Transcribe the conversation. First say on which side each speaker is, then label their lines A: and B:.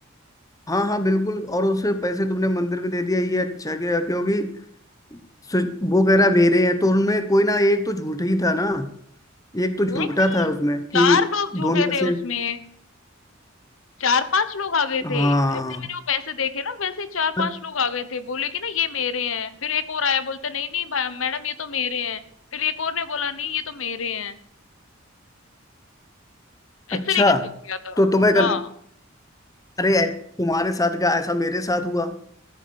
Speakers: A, on the left; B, on the left.
A: हाँ हाँ बिल्कुल और उसे पैसे तुमने मंदिर में दे दिया ये अच्छा किया क्योंकि सु- वो कह रहा मेरे हैं तो उनमें कोई ना एक तो झूठ ही था ना एक तो झूठा
B: एक नहीं
A: था उसमें कि
B: चार लोग झूठे
A: दोनों में
B: थे
A: से
B: उसमें चार पांच लोग आ गए
A: हाँ
B: थे जैसे मैंने वो पैसे देखे ना वैसे ही चार
A: अ-
B: पांच लोग आ गए थे बोले कि ना ये मेरे हैं फिर एक और आया बोलता नहीं नहीं भा- मैडम ये तो मेरे हैं फिर एक और ने बोला नहीं ये तो मेरे हैं
A: अच्छा
B: इस तरीके से हो गया था
A: तो तुम्हें कर,
B: हाँ
A: अरे तुम्हारे साथ क्या ऐसा मेरे साथ हुआ